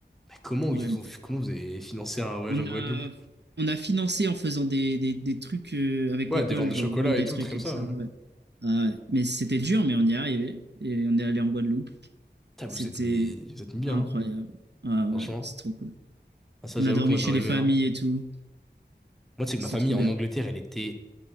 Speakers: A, in the centre; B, on the right.
A: bah, comment
B: en
A: ils
B: réalité.
A: vous ont... Comment vous avez financé un voyage
B: On
A: en Guadeloupe?
B: a on a financé en faisant des, des, des trucs euh, avec
A: Ouais,
B: l'école,
A: des ventes de
B: genre
A: chocolat
B: vendre
A: et
B: des
A: tout,
B: trucs
A: trucs comme
B: et
A: ça.
B: tout ça.
A: ouais.
B: ouais. Ah ouais. Mais c'était dur, mais on y est arrivé. Et on est allé en Guadeloupe.
A: Putain, vous
B: C'était
A: êtes mis... Vous êtes mis bien,
B: incroyable.
A: hein.
B: Ah ouais,
A: Franchement.
B: c'est trop cool.
A: Ah, ça,
B: On
A: j'avoue
B: a dormi
A: que moi,
B: chez
A: j'aurais
B: les
A: aimé,
B: familles
A: hein.
B: et tout.
A: Moi, tu sais que
B: C'est
A: ma famille
B: trop
A: en
B: bien.
A: Angleterre, elle était.